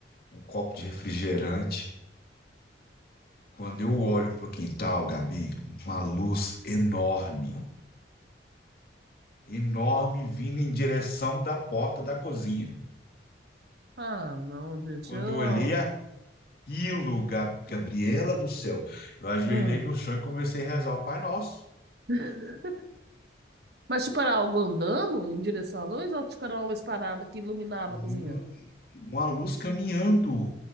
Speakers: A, on the left; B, on the right.
A: um copo de refrigerante. Quando eu olho para o quintal, Gabi, uma luz enorme, enorme vindo em direção da porta da cozinha.
B: Ah, não, gente.
A: Quando
B: Eu...
A: eu olhei aquilo, Ga- Gabriela do céu, eu ajoelhei
B: Ah.
A: no chão e comecei a rezar o Pai Nosso.
B: <laughs> Mas tipo, era algo andando em direção à luz ou tipo, era uma luz parada que iluminava
A: Hum,
B: a cozinha?
A: Uma luz caminhando.